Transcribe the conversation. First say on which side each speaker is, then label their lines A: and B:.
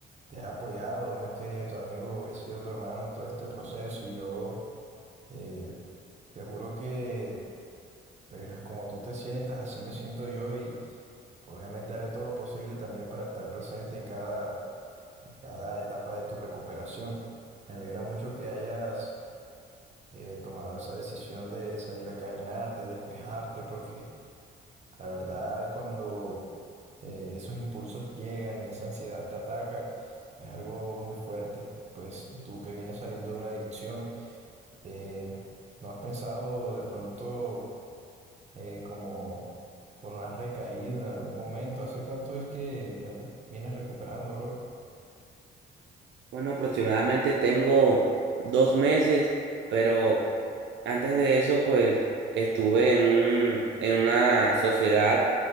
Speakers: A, on the right (about 35°); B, on the right (about 65°).
A: te he apoyado, más que tu amigo, he sido tu hermano en todo este proceso y yo... eh, Te juro que, pues, como tú te sientas, así me siento yo y obviamente haré todo lo posible también para estar presente en cada, cada etapa de tu recuperación. Me alegra mucho que hayas eh, tomado esa decisión de salir a caminar, de despejarte, porque la verdad cuando eh, esos impulsos llegan y esa ansiedad te ataca, es algo muy fuerte. Pues tú que vienes saliendo de una adicción, eh, ¿no has pensado de pronto... eh, como, o no has recaído en algún momento. ¿Hace cuánto es que ya te vienes recuperando, bro?
B: Bueno, aproximadamente tengo dos meses, pero antes de eso pues estuve en un, en una sociedad